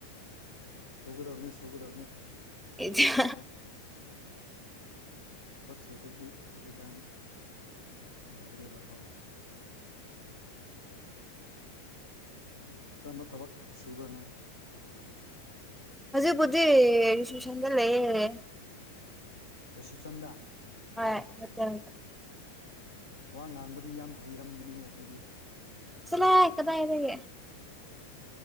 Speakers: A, on the left (about 70°); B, in the centre.
A: ꯁꯨꯒꯗꯕꯅꯦ ꯁꯨꯒꯗꯕꯅꯦ
B: ꯏꯊꯤꯌꯥ
A: ꯊꯕꯛ ꯁꯨꯗ꯭ꯔꯗꯤ ꯍꯧꯖꯤꯛꯀꯥꯟ ꯌꯥꯗ꯭ꯔꯦꯕꯀꯣ ꯀꯔꯝꯕ ꯊꯕꯛ ꯁꯨꯕ꯭ꯔ ꯅꯣꯏ
B: ꯍꯧꯖꯤꯛꯕꯨꯗꯤ ꯔꯤꯁꯦꯞꯁꯟꯗ ꯂꯩꯌꯦ
A: ꯔꯤꯁꯤꯞꯁꯟꯗꯗꯥ
B: ꯍꯣꯏ ꯍꯣꯠꯇꯦꯜ ꯗ
A: ꯋꯥ ꯉꯥꯡꯕꯗꯤ ꯌꯥꯝ ꯍꯩꯔꯝꯒꯅꯤꯅꯦ ꯑꯗꯨꯗꯤ
B: ꯆꯂꯣꯍꯦ ꯀꯗꯥꯥꯏꯗꯒꯤ